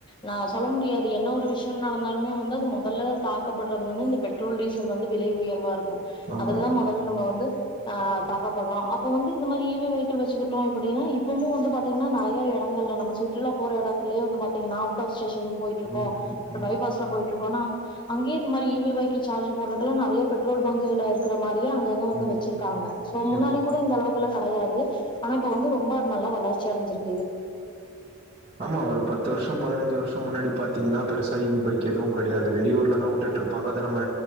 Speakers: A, on the left; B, on the right.
A: நா சொல்ல முடியாது என்ன ஒரு விஷ்யம் நடந்தாலுமே வந்து அது மொதல்ல தாக்கப்பட்றது வந்து இந்த பெட்ரோல் டீசல் வந்து விலை உயர்வா இருக் கு
B: ஆமா
A: அதுலதா மொதல் நம்ப வந்து ஆஹ் தாக்கப்பட்றோ அப்ப வந்து இந்த மாரி இ வி வெஹிள் வச்சுக்கிட்டோ அப்டினா இப் பவுமே வந்து பாத்தீங்கனா நெறைய எடங்கள்ல நம்ம சுற்றுலா போற எடத்துலே வந்து பாத்தீங்கனா அவுட் ஆஃப் ஸ்டேஷனுக்கு போயிட்ருக்கோ
B: ம் ம் ம்
A: பைபாஸ்ல போயிட்ருக் கோனா அங்கேயே இந்த மாரி இ வி வெஹிகிள் சார்ஜ் போட்றக்குலா நெறைய பெட்ரோல் பங்குலலா இருக்குற மாரி எல்லா அங்கங்க வந்து
B: ம்
A: வெச்சிருக்காங்க சோ முன்னாடி
B: ம்
A: கூட இந்த அளவுக்குலா கெடையாது ஆனா இப்ப வந்து ரொம்ப நல்ல வளர்ச்சி அடஞ்சிருக்
B: ஆமா இல்ல ஒரு பத்து வர்ஷ பதினஞ்சு வர்ஷ முன்னாடி பாத்தீங்கனா பெருசா எதுவு பக்கெட்டு கெடையாது வெளியூர் லதா விட்டுட்ருப்பாங்க அத நம்ம